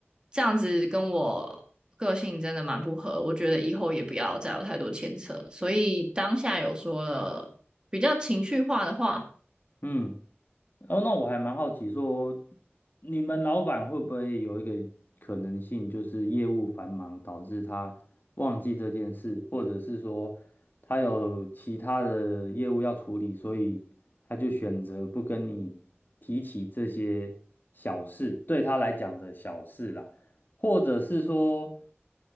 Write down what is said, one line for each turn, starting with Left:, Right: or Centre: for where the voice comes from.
Right: 这样子跟我个性真的蛮不合，我觉得以后也不要再有太多牵扯，所以当下有说了比较情绪化的话。
Left: 嗯。哦，那我还蛮好奇说，你们老板会不会有一个可能性，就是业务繁忙导致他忘记这件事，或者是说他有其他的业务要处理，所以他就选择不跟你提起这些小事，对他来讲的小事啦，或者是说，